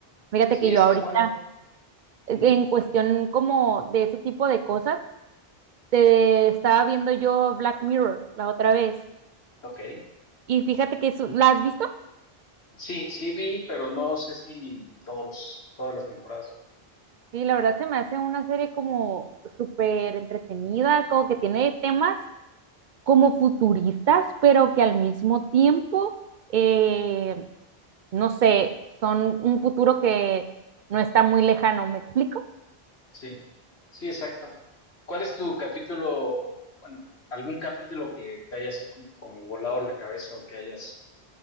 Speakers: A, on the right; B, on the left.
A: Fíjate
B: Sí,
A: que yo
B: está
A: ahorita,
B: buena.
A: eh,
B: Ujú,
A: en cuestión como de ese tipo de cosas, te estaba viendo yo Black Mirror la otra vez.
B: Ok.
A: Y fíjate que su- ¿la has visto?
B: Sí, sí vi, pero no sé si todos los, todas las temporadas.
A: Sí, la verdad se me hace una serie como súper entretenida, como que tiene temas como futuristas, pero que al mismo tiempo, eh, no sé, son un futuro que no está muy lejano, ¿me explico?
B: Sí, sí, exacto. ¿Cuál es tu capítulo o, bueno, algún capítulo que te haya así como, como volado la cabeza o que hayas...